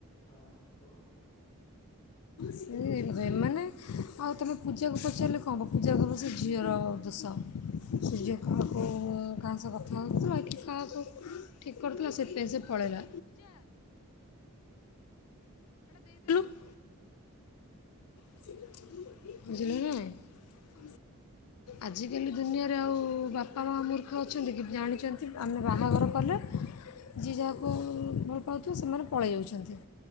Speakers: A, on the left; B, on the left.
A: ହଁ କହୁନ।
B: ସେ ଏ-ଏମାନେ ଆଉ ତୁମେ ପୂଜାକୁ ପଚାରିଲେ କଣ ହେବ ପୂଜାକୁ ପ- ସେ ଝିଅର ଦୋଷ। ସିଏ ଯଉ କାହା-କଉ -କାହା ସହ କଥା ହଉଥୁଲ ଏଠି କାହାକୁ ଠିକ୍ କରୁଥିଲା ସେଥିପାଇଁ ସେ ପଳେଇଲା। <inaudible> ବୁଝିଲୁ ନା ନାଇଁ?
A: ହୁଁ -ହୁଁ।
B: ଆଜିକାଲି ଦୁନିଆରେ ଆଉ ବାପା ମା ମୂର୍ଖ ଅଛନ୍ତି କି ଜାଣିଚନ୍ତି ଆମେ ବାହାଘର କଲେ ଯିଏ ଯାହାକୁ ଭଲ ପାଉଥିବ ସେମାନେ ପଳେଇ ଯାଉଚନ୍ତି।